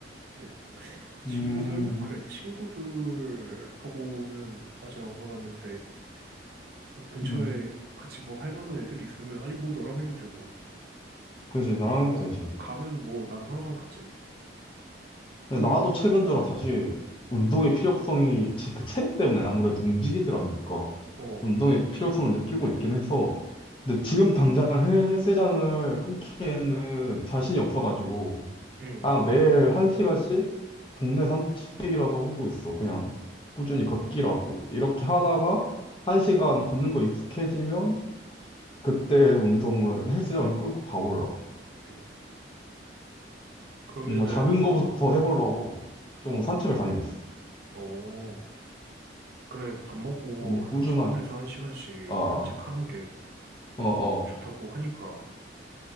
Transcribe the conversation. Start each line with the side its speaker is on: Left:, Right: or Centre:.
Right: 네. 친구들?
Left: 음,
Right: 그래, 친구들하고는 아직 안 가봤는데, 뭐 근처에
Left: 음.
Right: 같이 뭐 할 만한 애들이 있으면, 아니, 뭐 너랑 해도 되고,
Left: 그지 나랑
Right: 어,
Left: 해도 되지.
Right: 가면 뭐 난 항상 가지.
Left: 나도
Right: 그러면,
Left: 최근 들어 다시 운동의 필요성이 지- 그 체력 때문에 아무래도 움직이질 않으니까
Right: 어,
Left: 운동의 필요성을 느끼고 있긴 해서 근데 지금 당장 헬스장을 끊기에는 자신이 없어가지고
Right: 응,
Left: 아 매일 한 시간씩 동네 산책이라도 하고 있어 그냥 꾸준히 걷기라도 이렇게 하다가 한 시간 걷는 거 익숙해지면 그때 운동을 헬스장을 끊고 가보려고
Right: 응. 그러면은,
Left: 뭔가 작은 거부터
Right: 어,
Left: 해보려고 좀
Right: 어,
Left: 산책을 다니고 있어
Right: 어, 그래, 밥 먹고
Left: 좀 꾸준하게
Right: 30분에서 1시간씩
Left: 아, 아.
Right: 산책하는 게
Left: 어, 어.
Right: 좋다고 하니까,